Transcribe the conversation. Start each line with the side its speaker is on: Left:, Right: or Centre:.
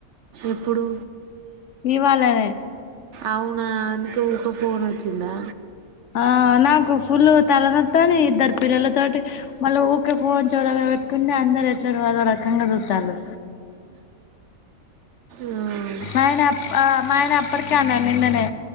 Right: ఎప్పుడు
Left: ఇవాళనే
Right: అవునా అందుకే ఊక ఫోన్ వచ్చిందా
Left: ఆ నాకు ఫుల్ తలనొత్తని ఇద్దరు పిల్లలతోటి మళ్ళీ ఊరికే ఫోన్ చోదగా పెట్టుకుంటే అందరు ఎట్లా మద రకంగా చూతారు
Right: మ్మ్.
Left: ఆయన అ ఆ మా ఆయన అప్పటికే అన్నాను నిన్ననే